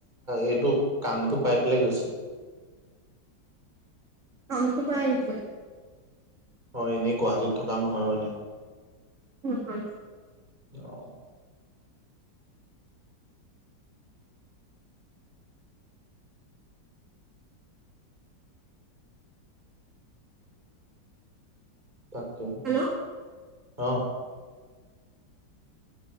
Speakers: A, on the right; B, on the right.
A: এইটো কামটো পাই পেলাই ঠিক আছে।
B: কামটো পাই আহিছে।
A: অ' এনেই গুৱাহাটীত থকা নহয় মানে।
B: নহয়
A: অ'। তাকে
B: হেল্ল'
A: অ'।